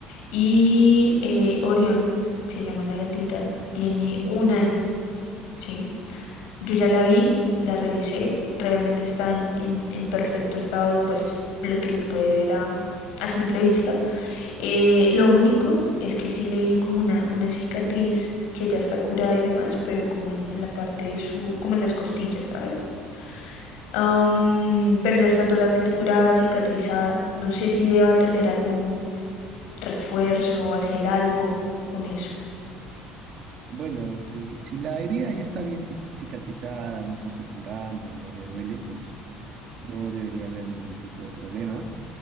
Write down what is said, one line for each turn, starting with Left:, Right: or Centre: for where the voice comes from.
Left: y eh, Orión, se llama la gatita, tiene un año, ¿sí? Yo ya la vi, la revisé, realmente está en, en, en perfecto estado, pues lo que se puede ver a, a simple vista. Eh, lo único es que sí le vi como una, una cicatriz que ya está curada y demás, pero como en, en la parte de su, como en las costillas, ¿sabes? Am, pero ya está totalmente curada, cicatrizada. No sé si deba tener algún refuerzo o hacer algo con eso.
Right: Bueno, si, si la herida ya está bien cic- cicatrizada, no está supurando, no le duele, pues no debería haber ningún tipo de problema.